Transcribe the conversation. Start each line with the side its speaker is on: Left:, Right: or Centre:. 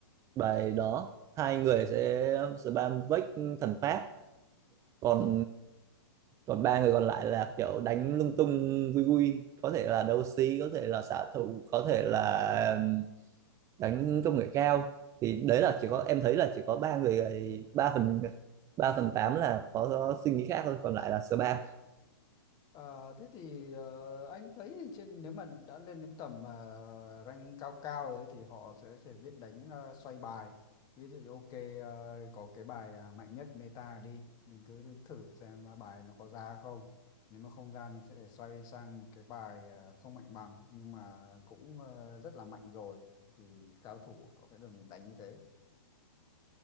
Right: bài đó hai người sẽ spam vách thần pháp còn còn ba người còn lại là kiểu đánh lung tung vui vui có thể là đấu sĩ có thể là xạ thủ có thể là đánh công nghệ cao thì đấy là chỉ có em thấy là chỉ có ba người ba phần ba phần tám là có, có suy nghĩ khác thôi còn lại là spam
Left: Ờ, thế thì ờ, anh thấy thì trên nếu mà đã lên đến tầm uh, rank cao cao rồi ấy thì họ sẽ sẽ biết đánh ờ, xoay bài. Ví dụ như ok ờ, có cái bài ờ, mạnh nhất meta đi, mình cứ thử xem ờ, bài nó có ra không. Nếu mà không ra mình sẽ phải xoay sang một cái bài ờ, không mạnh bằng nhưng mà cũng ờ, rất là mạnh rồi thì cao thủ họ sẽ đừng đánh như thế.